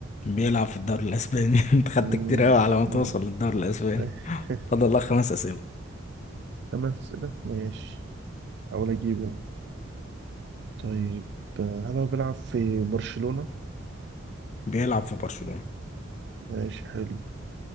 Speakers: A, on the left; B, on the right.
A: بيلعب في الدوري الأسباني <laughs> انت خدت
B: مم.
A: كتير أوي على ما توصل
B: مم.
A: للدوري الأسباني
B: <laughs>
A: فاضل لك خمس أسئلة
B: خمس أسئلة ماشي أحاول أجيبه طيب هل هو بيلعب في برشلونة؟
A: بيلعب في برشلونة
B: ماشي حلو